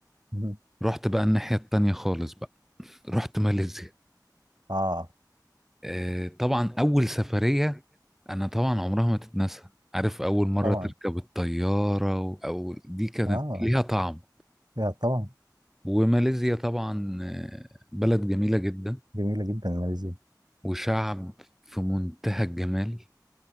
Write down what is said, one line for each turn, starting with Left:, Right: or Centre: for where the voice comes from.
Right: مهم.
Centre: رحت بقى الناحيه التانية خالص بقى رحت ماليزيا
Right: آه،
Centre: آه، طبعا اول سفريه انا طبعا عمرها ما تتنسى عارف اول مره
Right: طبعا
Centre: تركب الطياره و... او دي كانت
Right: اه
Centre: ليها طعم
Right: يا طبعا
Centre: وماليزيا طبعا آه، بلد جميله جدا
Right: جميله جدا ماليزيا
Centre: وشعب في منتهى الجمال